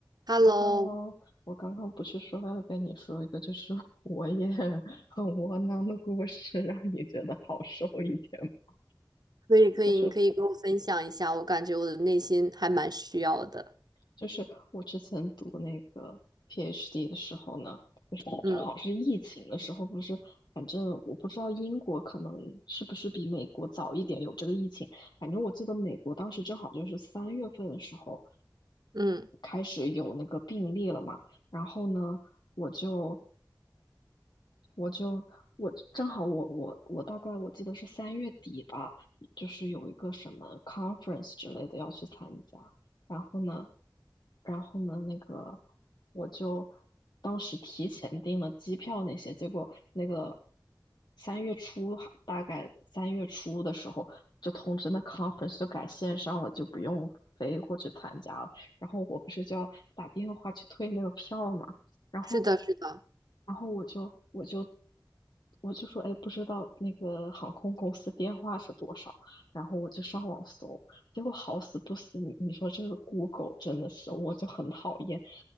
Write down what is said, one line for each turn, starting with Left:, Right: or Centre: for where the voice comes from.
Right: Hello，
Left: Hello，我刚刚不是说要跟你说一个，就是 <laughs> 我也很窝囊的故事，让你觉得好受一点吗
Right: 可以可以，
Left: 就是
Right: 你可以跟我分享一下，我感觉我的内心还蛮需要的。
Left: 就是我之前读那个 PhD 的时候呢，
Right: 嗯
Left: 正好是疫情的时候，不是，反正我不知道英国可能是不是比美国早一点有这个疫情，反正我记得美国当时正好就是三月份的时候。
Right: 嗯，
Left: 开始有那个病例了嘛，然后呢，我就我就我正好我我我大概我记得是三月底吧，就是有一个什么 conference 之类的要去参加，然后呢，然后呢那个我就当时提前订了机票那些，结果那个三月初还大概三月初的时候就通知那 conference 就改线上了，就不用飞过去参加了，然后我不是就要打电话去退那个票嘛。然后，
Right: 是的，是的。
Left: 然后我就我就我就说，哎，不知道那个航空公司电话是多少，然后我就上网搜，结果好死不死，你你说这个 Google 真的是，我就很讨厌，